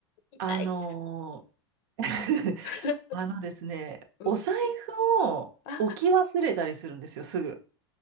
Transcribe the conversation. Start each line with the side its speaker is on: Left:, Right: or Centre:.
Left: 痛い。
Right: あのー
Left: <laughs>
Right: <laughs> あのですね、
Left: うん、
Right: お財布を置き忘れたりするんですよ、
Left: あ、
Right: すぐ。